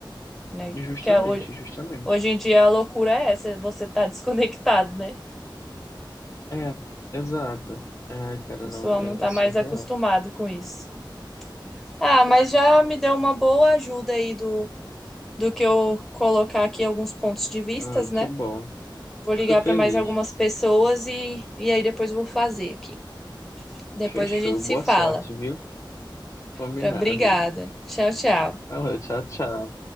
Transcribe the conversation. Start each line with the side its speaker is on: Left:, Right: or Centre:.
Centre: né?
Left: Justamente,
Centre: Que a, ho-
Left: justamente.
Centre: hoje em dia a loucura é essa, você tá <laughs> desconectado, né?
Left: É, exato. Ai, cara,
Centre: O
Left: não,
Centre: pessoal
Left: é,
Centre: não tá
Left: é surreal.
Centre: mais acostumado com isso. Ah, mas já me deu uma boa ajuda aí do que eu colocar aqui alguns pontos de vistas,
Left: Ah,
Centre: né?
Left: que bom.
Centre: Vou ligar
Left: Fico feliz.
Centre: para mais algumas pessoas e, e aí depois vou fazer aqui. Depois
Left: Fechou.
Centre: a gente
Left: Boa
Centre: se fala.
Left: sorte, viu? Combinado.
Centre: Pra, obrigada. Tchau, tchau.
Left: Falou, tchau, tchau.